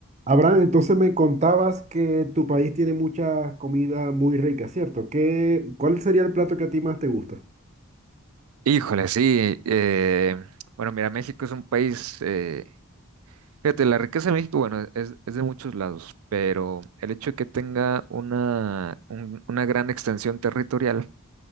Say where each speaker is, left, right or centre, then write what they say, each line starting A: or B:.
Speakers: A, on the right (about 30°); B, on the right (about 80°).
A: Abraham, entonces me contabas que tu país tiene mucha comida muy rica, ¿cierto? ¿Qué, cuál sería el plato que a ti más te gusta?
B: Híjole, sí. eh, bueno, mira, México es un país, eh, fíjate, la riqueza de México, bueno, es, es de muchos lados, pero el hecho de que tenga una, un- una gran extensión territorial